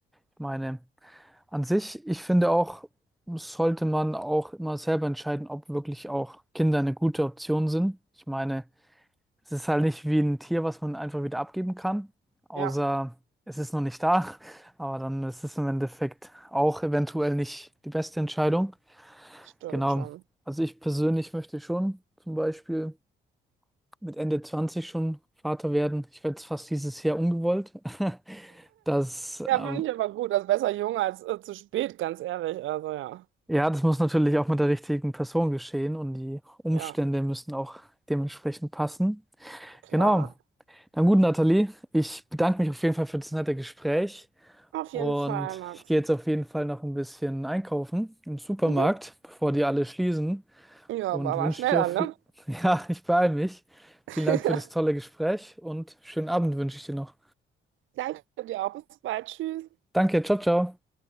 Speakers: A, in the centre; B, on the right.
A: Ich meine, An sich, ich finde auch, sollte man auch immer selber entscheiden, ob wirklich auch Kinder eine gute Option sind. Ich meine, es ist halt nicht wie ein Tier, was man einfach wieder abgeben kann, außer
B: Ja,
A: es ist noch nicht da. <laughs> Aber dann ist es im Endeffekt auch eventuell nicht die beste Entscheidung.
B: stimmt
A: Genau.
B: schon.
A: Also ich persönlich möchte schon zum Beispiel mit Ende 20 schon Vater werden. Ich werde es fast dieses Jahr ungewollt. <laughs> Das äh,
B: Ja, finde ich aber gut. also besser jung als äh, zu spät, ganz ehrlich. Also, ja.
A: Ja, das muss natürlich auch mit der richtigen Person geschehen und die Umstände
B: Ja,
A: müssen auch dementsprechend passen.
B: klar.
A: Genau. Na gut, Nathalie, ich bedanke mich auf jeden Fall für das nette Gespräch
B: Auf
A: und
B: jeden Fall, Max.
A: ich gehe jetzt auf jeden Fall noch ein bisschen einkaufen im Supermarkt,
B: Mhm.
A: bevor die alle schließen
B: Ja,
A: und
B: war, war
A: wünsche
B: schnell
A: dir,
B: an,
A: auf...
B: ne?
A: <laughs> ja, ich beeile mich. Vielen
B: <laughs>
A: Dank für das tolle Gespräch und schönen Abend wünsche ich dir noch.
B: Danke dir auch. Bis bald. Tschüss.
A: Danke, ciao, ciao.